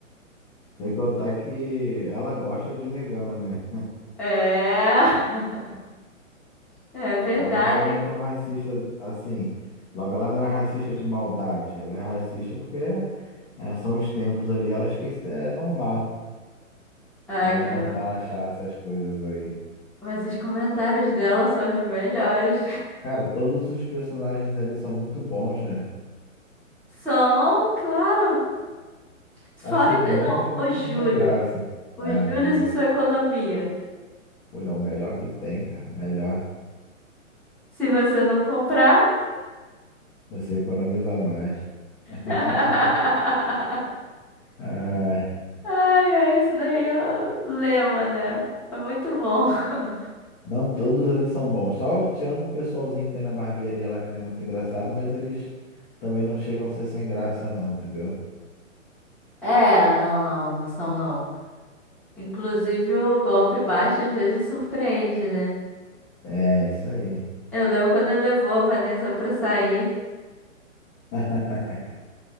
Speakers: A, on the left (about 20°); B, in the centre.
A: Sem contar que ela gosta de um negão, né?
B: É, <laughs> é verdade.
A: Logo ela não é tão racista assim. Logo ela não é racista de maldade. Ela é racista porque é, são os tempos ali, ela acha que isso é normal.
B: Ai,
A: né?
B: caramba.
A: É normal achar essas coisas aí.
B: Mas os comentários dela são os melhores.
A: Cara, todos os personagens ali são muito bons, né?
B: São, claro. Fora
A: Assim,
B: que
A: tem
B: não,
A: um e outro
B: os juros.
A: que não tem graça.
B: Os
A: É, o
B: juros
A: Júlio.
B: e sua economia.
A: Olha, é o melhor que tem, cara. Melhor.
B: Se você não comprar.
A: Você economiza mais. <laughs>
B: <laughs>
A: Ai.
B: Ai, ai, isso daí é o lema, né? É muito bom. <laughs>
A: Não, todos eles são bons. Só tirando um pessoalzinho que tem na barbearia lá que não é muito engraçado, mas eles também não chegam a ser sem graça, não, entendeu?
B: É, não, não, não são não. Inclusive o golpe baixo às vezes surpreende, né?
A: É, isso aí.
B: Eu lembro quando ele levou a Vanessa pra sair.
A: <laughs>